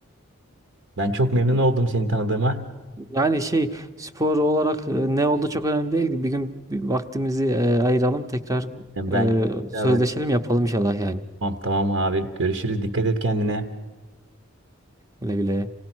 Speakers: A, on the right; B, on the right.
A: Ben çok memnun oldum seni tanıdığıma.
B: Yani şey spor olarak e, ne oldu çok önemli değil. Bir gün bir vaktimizi e, ayıralım tekrar
A: Yani Ben
B: e, sözleşelim
A: tekrardan
B: yapalım inşallah yani.
A: tamam tamam Habil. Görüşürüz. Dikkat et kendine.
B: Güle güle.